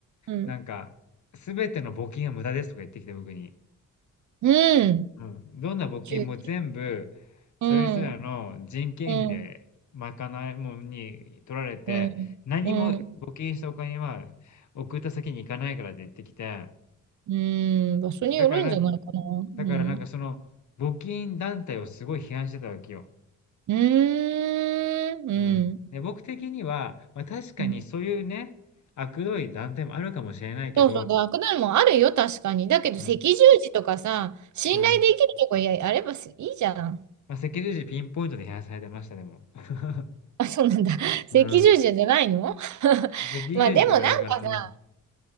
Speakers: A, on the right; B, on the left.
A: うん。
B: なんか、すべての募金は無駄ですとか言ってきて、僕に。
A: うん。
B: うん。どんな募金も全部、
A: 急に。
B: そいつらの人件費で賄いもに取られて、
A: うん。うん。うん。
B: 何も募金したお金は送った先に行かないからって言ってきて、
A: うん。うん。場所によるんじゃないかな。
B: だからなん、
A: うん。
B: だからなんかその募金団体をすごい批判してたわけよ。
A: うーん。
B: うん。
A: う
B: で、僕的には、まあ確かにそういうね、
A: ん。
B: 悪どい団体もあるかもしれないけど、
A: そうそう。ダークダウンもあるよ、確かに。だけど、
B: うん。
A: 赤十字とかさ、信頼できるとこやあればいいじゃん。
B: うん。まあ赤十字ピンポイントで批判されてました、でも。<laughs>
A: あ、そうなんだ。<laughs> 赤十字じゃないの
B: うん。
A: <laughs>
B: <laughs> 赤十字とかだから、
A: まあでもなんかさ、
B: うん。